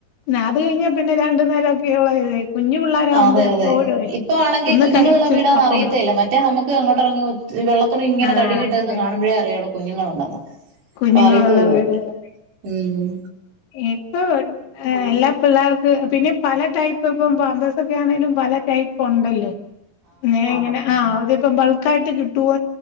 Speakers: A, on the left; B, on the right.
A: ആഹാ അത് കഴിഞ്ഞാ പിന്നെ രണ്ടു നേരൊക്കെയൊള്ള കുഞ്ഞു പിള്ളോരാകുമ്പോ
B: അതെ
A: എപ്പോഴുവേ
B: അതെ ഇപ്പ ആണെങ്കി
A: ഒന്ന്
B: കുഞ്ഞുങ്ങളുള്ള
A: കഴിച്ചു
B: വീടാന്ന്
A: അപ്പം
B: അറിയത്തേയില്ല
A: മാറും
B: മറ്റെ മറ്റേ നമ്മക്ക് അങ്ങോട്ടെറങ്ങിയാ ഒത്തി വെള്ള തുണി ഇങ്ങനെ
A: ആഹ്
B: കഴുവിട്ടെന്നെ
A: അതെ
B: കാണുമ്പഴേ
A: അതെ
B: അറിയാ അവിടെ കുഞ്ഞുങ്ങളുണ്ടെന്ന്
A: കുഞ്ഞുങ്ങളുള്ള
B: ഇപ്പറിയത്തു പോലുവില്ല
A: വീടുകളാണ്
B: ഉംഹ്
A: ഇപ്പൊ എല്ലാ പിള്ളേർക്ക് പിന്നെ പല ടൈപ്പ്പ്പം പമ്പെസെക്കെ ആണേലും പല ടൈപ്പ് ഒണ്ടല്ലോ? <unintelligible> ഇങ്ങനെ ആഹ് അതിപ്പം ബൾക്കായിട്ട് കിട്ടുവോ